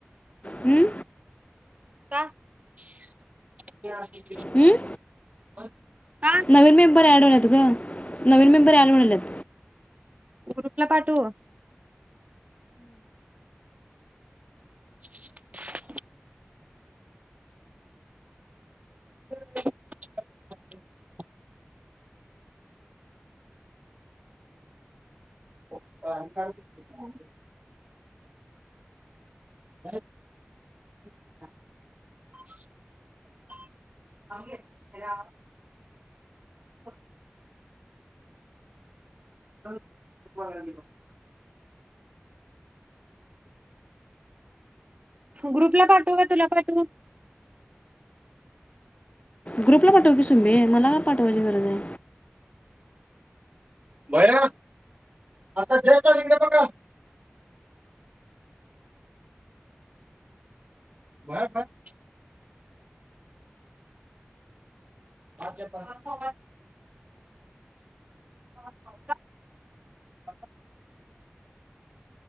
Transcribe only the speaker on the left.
हं?
हं? नवीन मेंबर ॲड होयल्यात ग, नवीन मेंबर ॲड होयंल्यात.
ग्रुपला पाठव की सुमे मला काय पाठवायची गरज आहे.